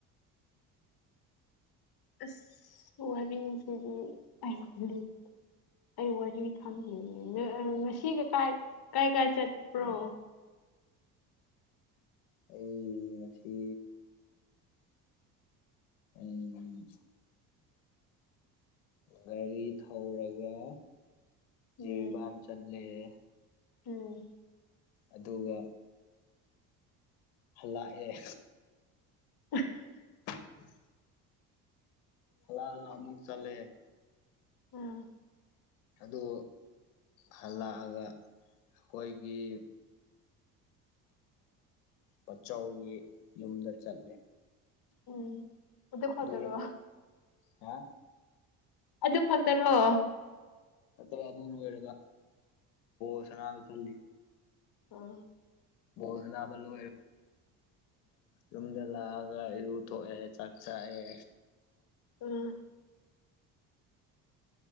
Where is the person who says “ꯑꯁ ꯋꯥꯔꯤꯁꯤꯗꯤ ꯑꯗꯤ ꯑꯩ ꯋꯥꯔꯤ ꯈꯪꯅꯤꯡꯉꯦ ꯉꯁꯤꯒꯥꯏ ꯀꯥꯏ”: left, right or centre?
Left